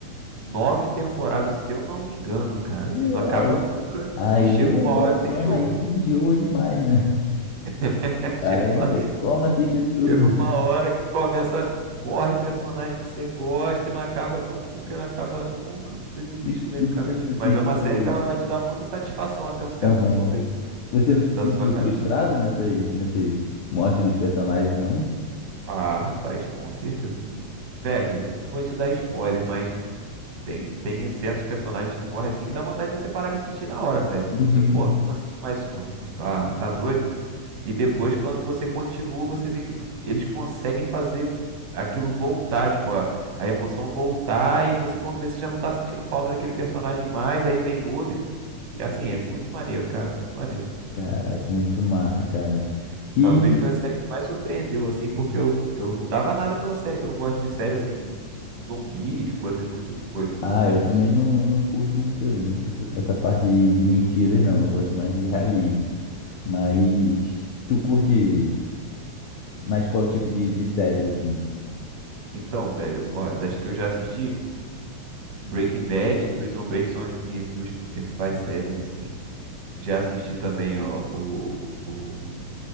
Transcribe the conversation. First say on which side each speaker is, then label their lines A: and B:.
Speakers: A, on the right; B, on the left.
A: nove temporadas, se eu não me engano, cara,
B: Pô,
A: assim, não acaba
B: Aí,
A: nunca
B: aí
A: e chega
B: é
A: uma
B: grandona,
A: hora que você enjoa.
B: aí enjoa demais, né?
A: <laughs> Chega
B: Aí não tem como assistir tudo.
A: Chega uma hora que começa, morre personagem que você gosta e não acaba nunca, e não acaba nunca, você desiste
B: E, se-
A: no meio
B: e
A: do
B: você
A: caminho.
B: não se sentiu.
A: Mas é uma série que ela vai te dar muita satisfação até um certo
B: Aham.
A: ponto aí
B: Você não se
A: da
B: sentiu
A: sua caminhada.
B: frustrado nessas, nessas mortes dos personagens, não?
A: Ah, rapaz, com certeza. Velho, eu não vou te dar spoiler, mas tem, tem certos personagens que morrem assim que dá vontade de você parar de assistir na hora, sério. Você,
B: Uhum.
A: você, pô, não assiste mais isso não. Ah, tá doido? E depois, quando você continua, você vê que eles conseguem fazer aquilo voltar, tipo, a, a emoção voltar, e você, quando vê, você já não tá sentindo falta daquele personagem mais, aí vem outro, e assim, é muito maneiro, cara, muito maneiro.
B: Caraca, muito massa, cara. E,
A: Talvez foi a série que mais surpreendeu, assim, porque eu, eu não dava nada pela série, que eu não gosto de série, assim, zumbi, de coisas muito, coisas
B: ah,
A: assim, mas
B: eu também
A: isso,
B: não, não curto muito, muito essa essa parte de, de mentiras, não. Eu gosto mais de realismo. Mas
A: sim.
B: tu curte mais qual tipo de, de séries, assim?
A: Então, velho, ó, das que eu já assisti, Breaking Bad e Prison Break são as minhas duas principais séries, assim. Já assisti também ó, o, o,